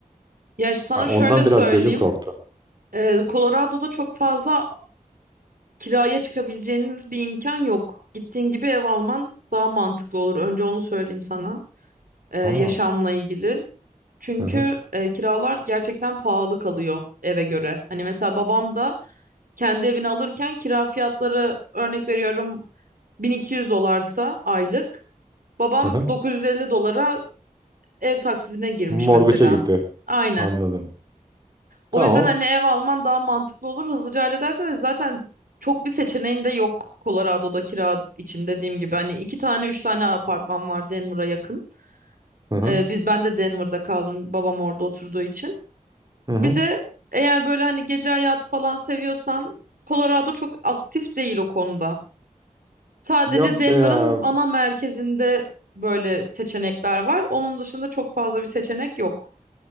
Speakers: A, on the right; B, on the right.
A: Ya sana
B: Ha,
A: şöyle
B: Ondan
A: söyleyeyim.
B: biraz gözüm korktu.
A: Ee, Colorado'da çok fazla kiraya çıkabileceğiniz bir imkan yok. Gittiğin gibi ev alman daha mantıklı olur. Önce onu söyleyeyim sana. e, yaşamla
B: Aa.
A: ilgili. Çünkü
B: Aha.
A: e, kiralar gerçekten pahalı kalıyor eve göre. Hani mesela babam da kendi evini alırken kira fiyatları örnek veriyorum 1200 dolarsa aylık. Babam
B: Aha.
A: 950 dolara ev taksidine girmiş
B: Morguça
A: mesela.
B: girdi.
A: Aynen.
B: Anladım.
A: O
B: Tamam.
A: yüzden hani ev alman daha mantıklı olur. Hızlıca halledersin ve zaten çok bir seçeneğin de yok Colorado'da kira için dediğim gibi. Hani iki tane üç tane apartman var Denver'a yakın.
B: Hı hı.
A: Ee, bi- ben de Denver'da kaldım babam orada oturduğu için.
B: Hı hı.
A: Bir de eğer böyle hani gece hayatı falan seviyorsan Colorado çok aktif değil o konuda. Sadece
B: Yok
A: Denver'ın
B: be ya.
A: ana merkezinde böyle seçenekler var. Onun dışında çok fazla bir seçenek yok.